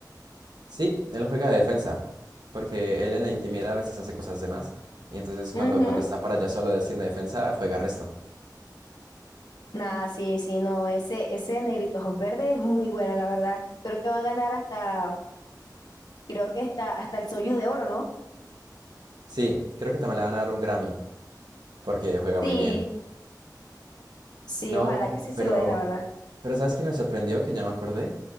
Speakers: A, on the right; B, on the left.
A: Sí, él juega de defensa, porque él en la intimidad a veces hace cosas de más. Y entonces cuando,
B: Ujú.
A: cuando está por allá solo haciendo defensa, juega resto.
B: Nada, sí, sí, no, ese, ese Negrito Ojos Verdes es muy bueno, la verdad. Creo que va a ganar hasta, creo que hasta, hasta el Soyu de Oro, ¿no?
A: Sí, creo que también le van a dar un Grammy, porque juega muy
B: Sí,
A: bien.
B: sí,
A: No,
B: ojalá que sí se
A: pero,
B: lo den, la verdad.
A: pero ¿sabes quién me sorprendió? Que ya me acordé.